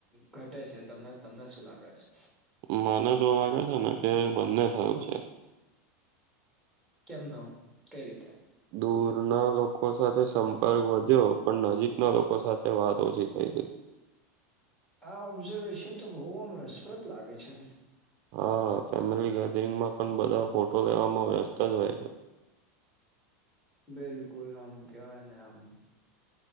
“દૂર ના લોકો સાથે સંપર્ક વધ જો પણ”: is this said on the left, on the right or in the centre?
Right